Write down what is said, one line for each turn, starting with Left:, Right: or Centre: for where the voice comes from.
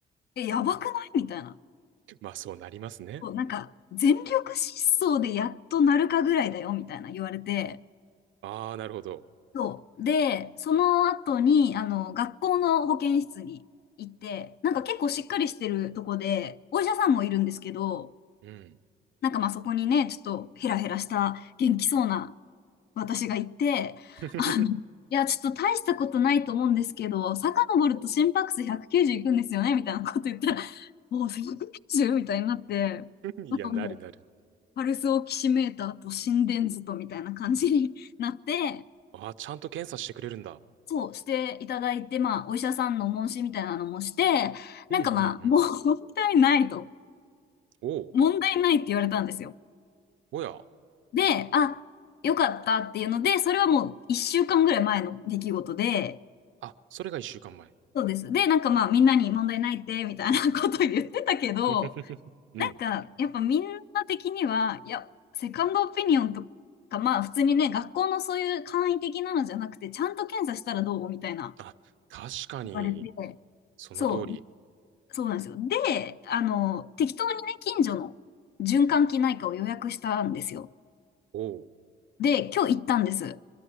Left: え、やばくないみたいな。
Right: まあ、そうなりますね。
Left: そう、なんか、全力疾走でやっとなるかぐらいだよ、みたいな言われて、
Right: ああ、なるほど。
Left: そう。で、その後に、あの、学校の保健室に行って、なんか結構しっかりしてるとこで、お医者さんもいるんですけど、
Right: うん。
Left: なんかまあそこにね、ちょっとヘラヘラした元気そうな私がいて、
Right: <laughs>
Left: あの、いや、ちょっと大したことないと思うんですけど、遡ると心拍数190いくんですよね、みたいなこと言ったら、おお、190? みたいになって、
Right: いや、
Left: なんかもう、
Right: なるなる。
Left: パルスオキシメーターと心電図とみたいな感じになって、
Right: ああ、ちゃんと検査してくれるんだ。
Left: そう、していただいて、まあ、お医者さんの問診みたいなのもして、
Right: うんうんうん。
Left: なんかまあ、<laughs> もう問題ないと。
Right: おお。
Left: 問題ないって言われたんですよ。
Right: おや。
Left: で、あ、よかったっていうので、それはもう1週間ぐらい前の出来事で、
Right: あ、それが一週間前。
Left: そうです。で、なんかまあ、みんなに問題ないって、みたいなこと言ってたけど、
Right: <laughs> うん。
Left: なんか、やっぱみんな的には、いや、セカンドオピニオンとか、まあ、普通にね、学校のそういう簡易的なのじゃなくて、ちゃんと検査したらどうみたいな
Right: あ、確かに、
Left: 言われて、
Right: その通り。
Left: そう。そうなんですよ。で、あの、適当にね、近所の循環器内科を予約したんですよ。
Right: おう。
Left: で、今日行ったんです。